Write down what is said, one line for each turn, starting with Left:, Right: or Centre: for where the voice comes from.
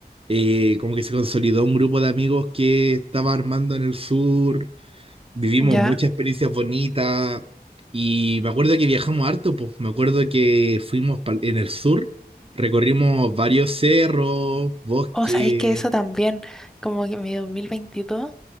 Right: eh, como que se consolidó un grupo de amigos que estaba armando en el sur vivimos
Centre: ya.
Right: muchas experiencias bonitas y me acuerdo que viajamos harto, pues me acuerdo que fuimos pal- en el sur, recorrimos varios cerros, bosques,
Centre: O sea, es que eso también, como que mi 2022